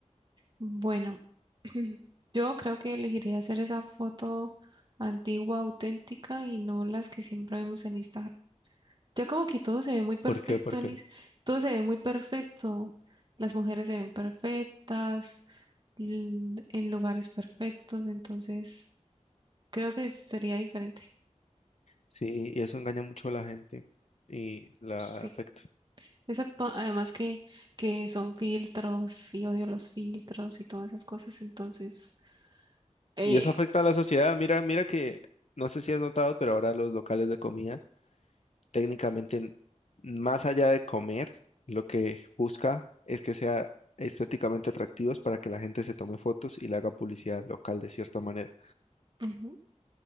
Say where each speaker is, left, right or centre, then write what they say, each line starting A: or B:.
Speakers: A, on the right (about 40°); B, on the left (about 65°).
A: Bueno, <clears throat> yo creo que elegiría hacer esa foto antigua, auténtica y no las que siempre vemos en Instagram. Ya como que todo se ve muy perfecto,
B: ¿Por qué? ¿Por
A: Anis.
B: qué?
A: Todo se ve muy perfecto. Las mujeres se ven perfectas, l- en lugares perfectos, entonces creo que sería diferente.
B: Sí, y eso engaña mucho a la gente y la
A: Sí.
B: afecta.
A: Exacto. Además que, que son filtros y odio los filtros y todas esas cosas, entonces... eh,
B: Y eso afecta a la sociedad. Mira, mira que, no sé si has notado, pero ahora los locales de comida técnicamente, más allá de comer, lo que busca es que sea estéticamente atractivos para que la gente se tome fotos y le haga publicidad local de cierta manera.
A: ujú.